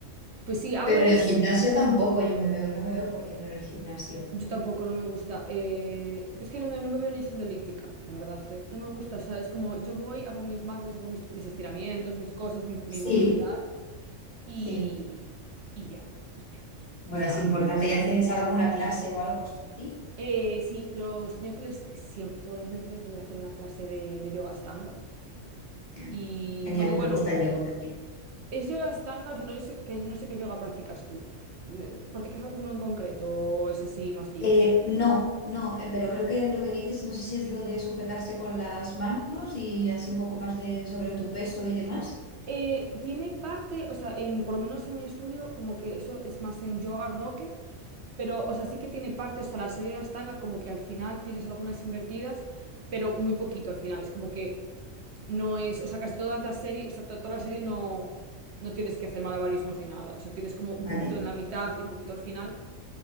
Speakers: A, on the right (about 60°); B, on the left (about 40°).
A: Pues sí, hago
B: Pero
A: eso.
B: en el gimnasio tampoco yo me veo, no me veo corriendo en el gimnasio.
A: Yo tampoco, no me gusta. Eh, es que no me, no me veo ni siendo elíptica, la verdad, ¿eh? No me gusta, o sea, es como yo voy, hago mis máquinas, hago mis, mis estiramientos, mis cosas, mi, mi
B: Sí,
A: movilidad y,
B: sí.
A: y ya, y ya, y ya.
B: Bueno,
A: O sea,
B: es importante.
A: no.
B: ¿Y haces alguna clase o algo así?
A: Eh, sí, los miércoles, siempre, todos los miércoles voy a hacer una clase de, de yoga Ashtanga.
B: Bueno,
A: Y,
B: Genial,
A: aunque bueno,
B: me gusta el yoga también.
A: es yoga Ashtanga, o sea, no sé, que, no sé qué yoga practicas tú. ¿Practicas alguno en concreto o es así más libre?
B: Eh, no, no, eh, pero creo que lo que dices, no sé si es lo de sujetarse con las manos y así un poco más de sobre tu peso y demás.
A: Eh, tiene parte, o sea, en, por lo menos en mi estudio, como que eso es más en Yoga Rocket, pero, o sea, sí que tiene parte, o sea, la serie de Astanga, como que al final tienes algunas invertidas, pero muy poquito al final, es como que no es, o sea, casi todas las series, o sea, to- toda la serie no, no tienes que hacer malabarismos ni nada, o sea, tienes como un
B: Vale,
A: poquito en la mitad y un poquito al final,